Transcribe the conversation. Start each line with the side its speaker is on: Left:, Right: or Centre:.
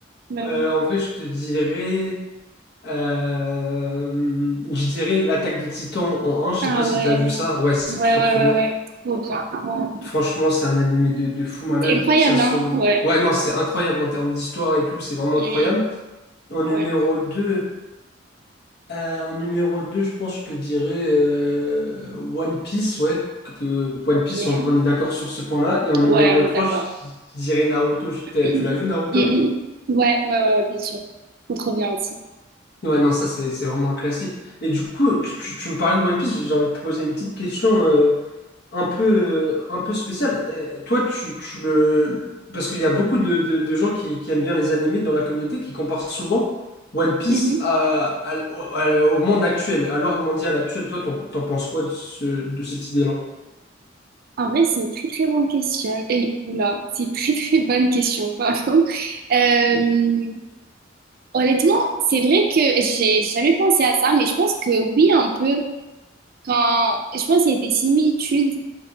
Right: Bah
Left: Euh,
Right: oui.
Left: en vrai, je te dirais, euh, je dirais l'attaque des Titans en un. Je sais
Right: Ah
Left: pas si
Right: ouais.
Left: t'as vu ça. Ouais, c'est
Right: Ouais,
Left: trop
Right: ouais,
Left: trop
Right: ouais,
Left: bien.
Right: ouais. Trop bien. Ouais.
Left: Franchement, c'est un animé de, de fou malade,
Right: C'est incroyable,
Left: que ça soit.
Right: hein? Ouais.
Left: Ouais, non, c'est incroyable en termes d'histoire et tout. C'est vraiment
Right: Mm.
Left: incroyable. En
Right: Ouais.
Left: numéro 2. Euh, en numéro 2, je pense que je te dirais euh, One Piece, ouais. que- One
Right: Ok.
Left: Piece,
Right: Ouais,
Left: on, on est d'accord sur ce point-là. Et en numéro
Right: on est
Left: 3,
Right: d'accord.
Left: je dirais Naruto. Je t'ai-
Right: Mhm.
Left: Tu l'as vu, Naruto?
Right: Ouais, ouais, ouais, ouais, bien sûr. On trop bien aussi.
Left: Ouais, non, ça, c'est c'est vraiment un classique. Et du coup, tu, tu- tu me parlais de One Piece, j'ai envie de te poser une petite question. un peu, euh, un peu spécial. Euh, toi, tu, tu le... Parce qu'il y a beaucoup de, de- de gens qui, qui aiment bien les animés dans la communauté qui comparent souvent One Piece
Right: Mhm.
Left: à, à- au à- au monde actuel, à l'ordre mondial actuel. Toi, t'en, t'en penses quoi de, ce, de cette idée-là?
Right: En vrai, c'est une très très bonne question. Et, oula, c'est une très très bonne question, pardon. Euh, honnêtement, c'est vrai que j'ai jamais pensé à ça, mais je pense que oui, un peu. Quand... Je pense qu'il y a des similitudes.